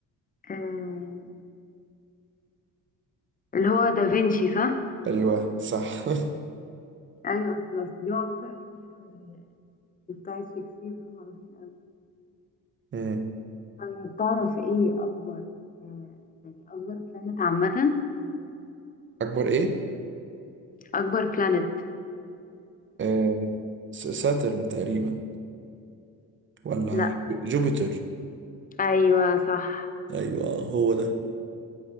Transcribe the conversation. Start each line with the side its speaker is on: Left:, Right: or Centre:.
Left: آه، اللي هو دافنشي صح؟
Right: ايوه صح <laughs>
Left: ايوه اصل أصل دي معروفة قوي هي وال- وبتاعت شكسبير دول معروفين قوي
Right: مم.
Left: طيب تعرف ايه اكبر آه، يعني اكبر بلانت عامة
Right: اكبر ايه
Left: اكبر بلانت
Right: آه، س- ساترن تقريبا ولا
Left: لا
Right: جوبيتر
Left: ايوه صح
Right: ايوه آه، هو ده